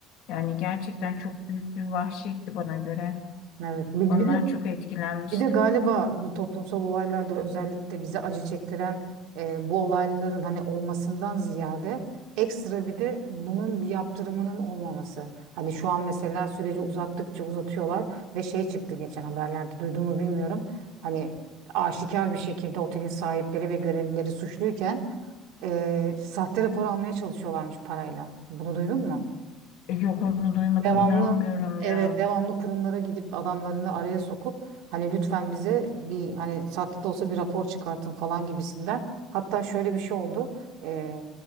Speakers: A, on the left (about 70°); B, on the right (about 75°).
A: Yani gerçekten çok büyük bir vahşetti bana göre.
B: Evet. Bir,
A: Ondan
B: bir de
A: çok etkilenmiştim.
B: bir de galiba bu toplumsal olaylarda özellikle bize acı çektiren e, bu olayların hani olmasından ziyade ekstra bir de bunun bir yaptırımının olmaması. Hani şu an mesela süreci uzattıkça uzatıyorlar ve şey çıktı geçen haberlerde duyduğumu bilmiyorum. Hani aşikar bir şekilde otelin sahipleri ve görevlileri suçluyken e, sahte rapor almaya çalışıyorlarmış parayla. Bunu duydun mu?
A: E, Yok onu duymadım
B: Devamlı
A: inanmıyorum
B: evet
A: ya.
B: devamlı kurumlara gidip adamlarını araya sokup hani lütfen bize bir hani sahte de olsa bir rapor çıkartın falan gibisinden. Hatta şöyle bir şey oldu. E,